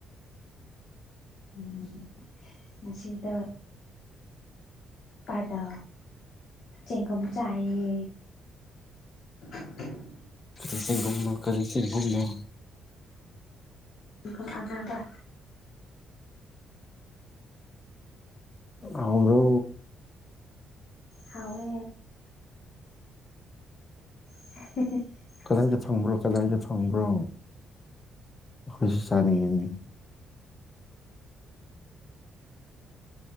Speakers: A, on the left; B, on the left.
A: ꯎꯝ ꯃꯁꯤꯗ ꯄꯥꯇ ꯆꯦꯡꯒꯝ ꯆꯌꯦ <unintelligible>
B: ꯀꯔꯤꯦ ꯨꯝ ꯀꯔꯤ ꯀ ꯨꯝꯣ
A: ꯜ ꯑꯅꯥꯕ
B: ꯍꯧꯗꯣ
A: ꯍꯋꯦ <unintelligible>
B: ꯀꯗꯥꯏꯗ ꯐꯪꯕ꯭ꯔꯣ ꯀꯗꯥꯏꯗ ꯐꯪꯕ꯭ꯔꯣ ꯑꯩꯈꯣꯏꯁꯨ ꯆꯥꯅꯤꯡꯉꯤꯅꯦ